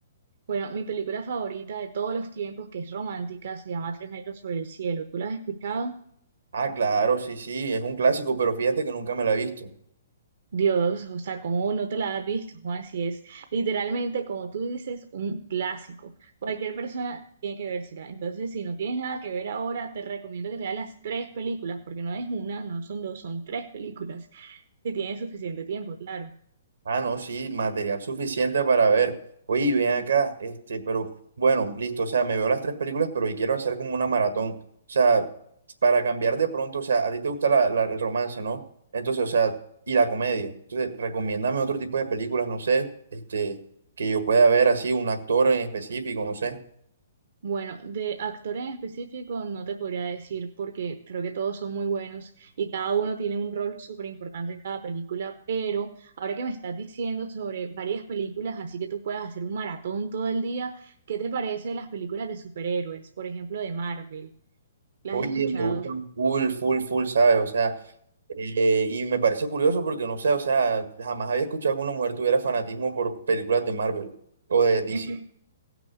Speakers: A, on the right; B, on the right.
A: bueno, mi película favorita de todos los tiempos, que es romántica, se llama Tres metros sobre el cielo. ¿Tú la has escuchado?
B: Ah, claro, sí, sí, es un clásico, pero fíjate que nunca me la he visto.
A: Dios, o sea, ¿cómo no te la has visto, Juan? Si es literalmente, como tú dices, un clásico. Cualquier persona tiene que vérsela. Entonces, si no tienes nada que ver ahora, te recomiendo que te veas las tres películas, porque no es una, no son dos, son tres películas, si tienes suficiente tiempo, claro.
B: Ah, no, sí, material suficiente para ver. Oye, y ven acá, este, pero bueno, listo, o sea, me veo las tres películas, pero hoy quiero hacer como una maratón. O sea, para cambiar de pronto, o sea, a ti te gusta la- la- el romance, ¿no? Entonces, o sea, y la comedia. Entonces, recomiéndame otro tipo de películas, no sé, este, que yo pueda ver así, un actor en específico, no sé.
A: Bueno, de actor en específico no te podría decir porque creo que todos son muy buenos y cada uno tiene un rol súper importante en cada película, pero ahora que me estás diciendo sobre varias películas, así que tú puedas hacer un maratón todo el día, ¿qué te parece de las películas de superhéroes? Por ejemplo, de Marvel. ¿Las
B: Oye,
A: has escuchado?
B: me gustan full, full, full, ¿sabes? O sea, eh, y me parece curioso porque no sé, o sea, jamás había escuchado que una mujer tuviera fanatismo por películas de Marvel o de DC.
A: <laughs>